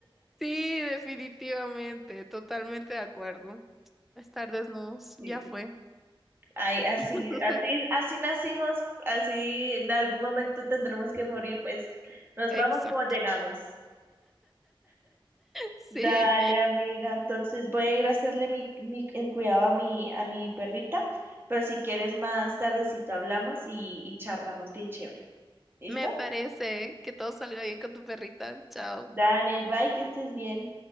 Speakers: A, in the centre; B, on the right (about 25°).
A: Sí, definitivamente, totalmente de acuerdo. Estar desnudos,
B: Sí.
A: ya fue.
B: Ay, así,
A: <laughs>
B: así, así nacimos, así en algún momento tendremos que morir, pues nos
A: Exacto.
B: vamos como llegamos.
A: Sí,
B: Dale, amiga. Entonces voy a ir a hacerle mi, mi- el cuidado a mi, a mi perrita, pero si quieres más tardecito hablamos y, y charlamos bien chévere. ¿Listo?
A: me parece que todo salga bien con tu perrita. Chao.
B: Dale, bye, que estés bien.